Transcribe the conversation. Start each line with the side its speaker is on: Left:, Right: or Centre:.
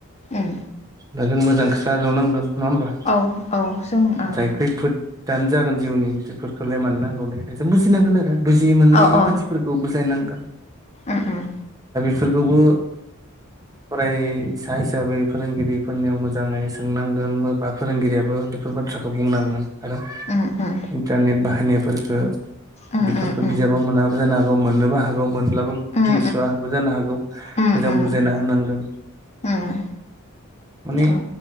Left: उम।
Right: दा जों मोजांखोसो आजावनांगोन नङा होमबा
Left: औ औ जों औ
Right: जाय खैफोद दानो जागोन जिउनि बेफोरखौलाय मानो नांगौ होन्नाय बायदि जों बुजिनांगोन आरो बुजि मोनै
Left: ओ अ अ
Right: मानसिफोरखौ बुजाय नांगोन
Left: उम उम।
Right: बिफोरखौबो फराय सा हिसाबै फोरोंगिरि फोरनियाव मोजाङै सोंनांगोन बा फोरोंगिरियाबो बेफोर बाथ्राखौ बुंनांगोन आरो
Left: उम उम
Right: इन्टारनेट बाहायनायफोरफोरखो
Left: उम
Right: बेफोरफोरखो
Left: उम उम
Right: बिजाबाव मोनाबो जानो हागौ मोननोबो हागौ मोन ब्लाबो बिदिस्राबो
Left: उम उम
Right: जानो हागौ मोजां
Left: उम उम
Right: बुजायना होनांगोन
Left: उम।
Right: माने
Left: औ